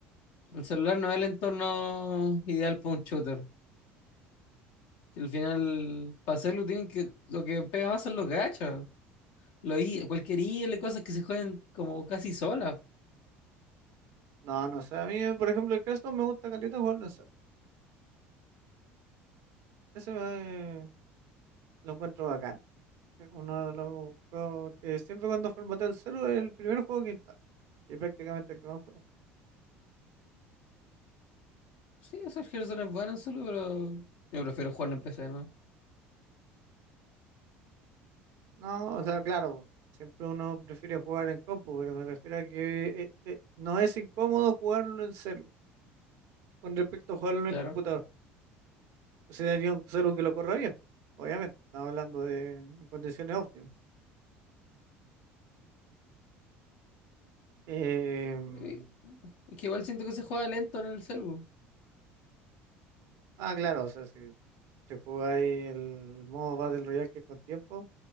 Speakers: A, on the left; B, on the right.
A: El celular no es el entorno ideal para un shooter. Si al final, para hacerlo, tienen que. Lo que pega más son los gachas. Lo i- cualquier IL, cosas que se juegan como casi solas.
B: No, no sé, a mí, por ejemplo, el Crash dos me gusta caleta jugarlo en celu. Ese me- lo encuentro bacán. Es Uno de los juegos que siempre cuando formateo el celu es el primer juego que instalo. Y prácticamente el que más juego.
A: Sí, o sea, el Hearthstone es bueno en solo, pero. Yo prefiero jugarlo en PC, ¿no?
B: No, o sea, claro, siempre uno prefiere jugar en compu, pero me refiero a que eh, eh, no es incómodo jugarlo en celu con respecto a jugarlo en
A: Claro.
B: el computador. Si tenía un celu que lo corra bien, obviamente, estamos hablando de en condiciones óptimas. Em,
A: Y- Es que igual siento que se juega lento en el celu. O
B: ah, claro, o sea, si te jugáis el modo Battle Royale que es con tiempo,